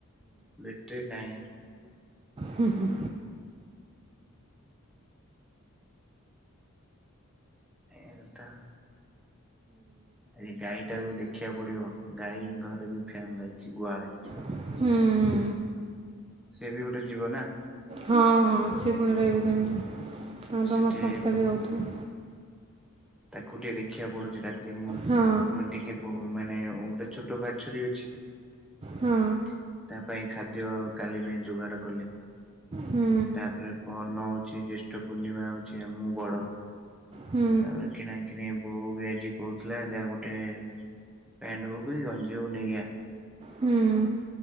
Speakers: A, in the centre; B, on the right (about 25°).
A: ବ୍ୟାଟେ୍ରୀ ନାହିଁ।
B: ହୁଁ ହୁଁ
A: ଏଟା। ଏ ଗାଈ ଟାକୁ ଦେଖିବାକୁ ପଡିବ ଗାଈ ଘରେ ବି ଫ୍ୟନ୍ ଲାଗିଛି ଗୁହାଳେ।
B: ହୁଁ
A: ସି ବି ଗୋଟେ ଜୀବ ନା।
B: ହଁ ହଁ ସିଏ ପୁଣି ରହିବେ କେମିତି ତାଙ୍କ
A: ସେଠି
B: ତ ମଶା ଫସା ବି ହେଉଥିବ।
A: ତାକୁ ଟିକେ ଦେଖିବାକୁ ପଡୁଛି ରାତି ମୁଁ
B: ହଁ
A: ଟିକେ। ମାନେ ଗୋଟେ ଛୋଟ ବାଛୁରୀ ଅଛି
B: ହଁ
A: ତା ପାଇଁ ଖାଦ୍ୟ କାଲି ପାଇଁ ଯୋଗାଡ଼ କଲେ।
B: ହୁଁ
A: ତାପରେ ପରନ ହଉଛି ଜ୍ୟେଷ୍ଠ ପୂର୍ଣ୍ଣିମା ହଉଛି ଆମୁ ବଡ଼।
B: ହୁଁ
A: ତାପରେ କିଣାକିଣି ବୋଉ ବି ଆଜି କହୁଥିଲା ଯାହା ଗୋଟେ ପେଣ୍ଟ ହଉ କି ଗଞ୍ଜି ହଉ ନେଇଆ।
B: ହୁଁ